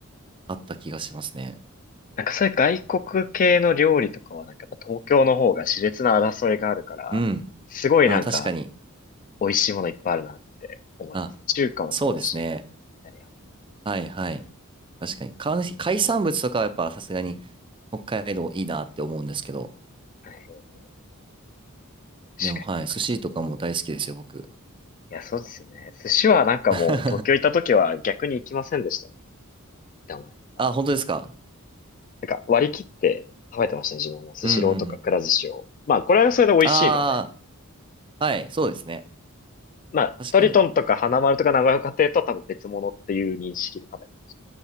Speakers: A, on the right; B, on the left.
A: あった気がしますね。
B: なんかそういう外国系の料理とかはなんかやっぱ東京の方が熾烈な争いがあるから、
A: うん。
B: すごいなんか
A: あ、確かに。
B: 美味しいものいっぱいあるなって思いますね。
A: あ、
B: 中華もそうだし。
A: そうですね。
B: だよ
A: はいはい。確かに。海海産物とかはやっぱさすがに、北海道いいなって思うんですけど。
B: はい。
A: でも、
B: 確かになんか。
A: はい、寿司とかも大好きですよ、僕。
B: いや、そうですよね。寿司はなんかもう東京行った時は逆に行きませんでしたっ
A: <laughs>
B: て思います。
A: あ、本当ですか
B: なんか割り切って食べてましたね。自分もスシローとかくら寿司を。
A: うんうんうん。
B: まあこれはそれで美味しいので。
A: ああ、はい、そうですね。
B: まあトリトンとか花丸とか長岡亭とは多分別物っていう認識で食べてまし
A: 確かに。